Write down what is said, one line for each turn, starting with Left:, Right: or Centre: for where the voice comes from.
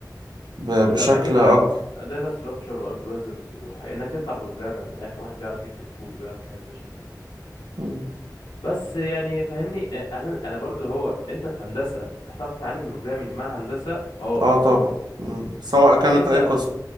Right: ب-
Left: هتبقى
Right: بشكل
Left: مركز على
Right: اكبر
Left: داتا ستراكشر والجوريزمز والحاجات انك تطلع بروجرامر من الاخر واحد بيعرف يكتب كود وبيعرف يحل مشاكل وكده
Right: مم.
Left: بس يعني فاهمني آه، هل انا برضو هو انت في هندسه هتعرف تتعلم بروجرامنج مع هندسه اه
Right: اه طبعا مم. سواء كانت
Left: انت
Right: اي قسم